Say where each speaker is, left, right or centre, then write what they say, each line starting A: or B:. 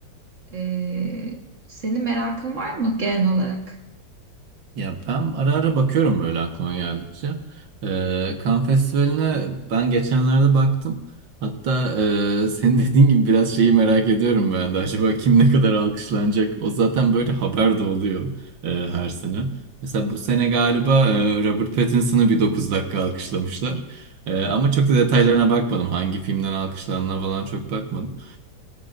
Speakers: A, on the right; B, on the right.
A: Ee, senin merakın var mı genel olarak?
B: Ya ben ara ara bakıyorum böyle aklıma geldikçe. Ee, Cannes Festivali'ne ben geçenlerde baktım. Hatta e, <laughs> senin dediğin gibi biraz şeyi merak ediyorum ben de. Acaba kim ne kadar alkışlanacak? O zaten böyle haber de oluyor e, her sene. Mesela bu sene galiba e, Robert Pattinson'ı bir 9 dakika alkışlamışlar. E, ama çok da detaylarına bakmadım. Hangi filmden alkışlandığına falan çok bakmadım.